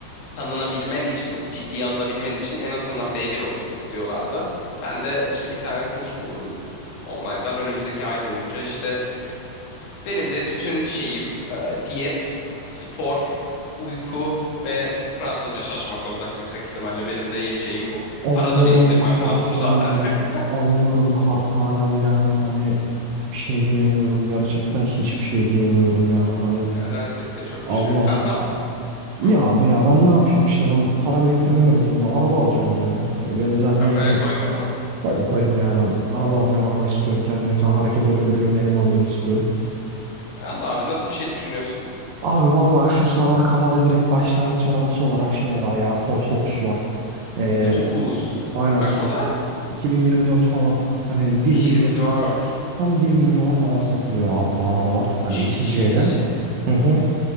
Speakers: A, on the left; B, on the right.
A: tanınabilmen için, ciddiye alınabilmen için en azından B1 olsun istiyorlardı. Ben de işte bir tane kurs buldum online'dan. Önümüzdeki ay boyunca işte benim de bütün şeyim e, diyet, spor, uyku ve Fransızca çalışmak olacak yüksek ihtimalle. Benim de yeni şeyim bu.
B: Anlıyorum
A: Para da biriktirmem
B: kartanem.
A: lazım zaten. <laughs>
B: Anlıyorum kartanem yani hani bir şey diyemiyorum gerçekten hiçbir şey diyemiyorum yani hani
A: Yani denecek de çok
B: Allah
A: bir şey yok. Sen ne yap?
B: ya
A: Hı,
B: abi ya ben ne yapayım işte ben para biriktirmiyorum şimdi araba alacağım yani. E benim zaten
A: kafaya
B: yakın
A: koydun mu?
B: koydum koydum ya ben araba alacağım araba istiyorum kendime bir tane hareket özgürlüğümü elime alayım istiyorum.
A: E, al abi nasıl bir şey düşünüyorsun?
B: Abi vallahi şu sıralar kafada direkt başlangıç arabası olarak şey var ya Ford Focus var. E,
A: Focus.
B: aynen
A: Kaç model?
B: 2024 falan hani bir milyon
A: 24.
B: Tam bir milyona falan satılıyor abi bu arabalar. Hani
A: Ciddi
B: ikinci ele.
A: misin?
B: Hı hı.